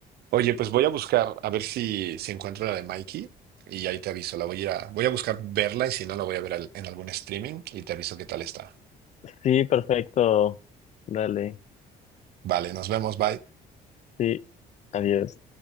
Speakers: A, on the right (about 70°); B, on the left (about 45°).
A: oye, pues voy a buscar a ver si, si encuentro la de Mikey y ahí te aviso. La voy a, ir a- voy a buscar verla y si no, la voy a ver al- en algún streaming y te aviso qué tal está.
B: Sí, perfecto. Dale.
A: Vale, nos vemos, bye.
B: Sí. Adiós.